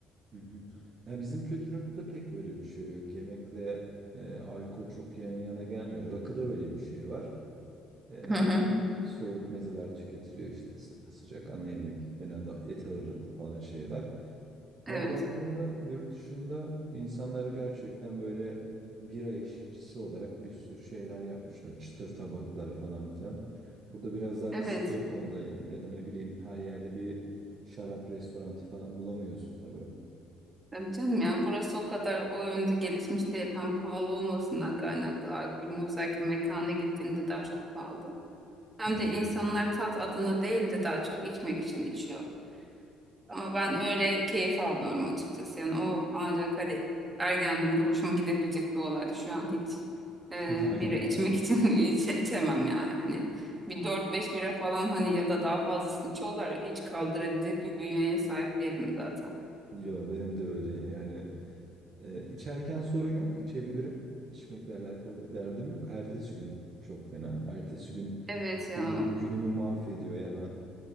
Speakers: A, on the right; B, on the right.
A: Hı hı. Ya bizim kültürümüzde pek böyle bir şey yok. Yemekle e, alkol çok yan yana gelmiyor. Rakıda öyle bir şey var. Ee,
B: Hı hı.
A: soğuk mezeler tüketiliyor işte sı- sıcak ana yemek genelde et ağırlıklı falan şeyler.
B: Evet.
A: Ama baktığımda yurt dışında insanlar gerçekten böyle bira eşlikçisi olarak bir sürü şeyler yapmışlar. Çıtır tabaklar falan filan. Burada biraz daha
B: Evet.
A: kısıtlı o konuda ya da ne bileyim her yerde bir şarap restoranı falan bulamıyorsun tabii.
B: Tabii canım yani burası o kadar o yönde gelişmiş değil. Hem pahalı olmasından kaynaklı alkolün özellikle mekana gittiğinde daha çok pahalı. Hem
A: Hı hı.
B: de insanlar tat adına değil de daha çok içmek için içiyor. Ama ben öyle keyif almıyorum açıkçası. Yani o ancak hani ergenliğimde hoşuma gidebilecek bir olaydı. Şu an hiç
A: <laughs>
B: e,
A: Aynen.
B: bira içmek için <laughs> içe- içemem yani. Hani bir dört beş bira falan hani ya da daha fazlasını içiyorlar. Hiç kaldırabilecek bir bünyeye sahip değilim zaten.
A: Yo benim de öyle yani Ee, içerken sorun yok, içebilirim. İçmekle alakalı bir derdim yok. Ertesi gün çok fena. Ertesi gün
B: Evet ya.
A: günüm, günümü mahvediyor ya ben.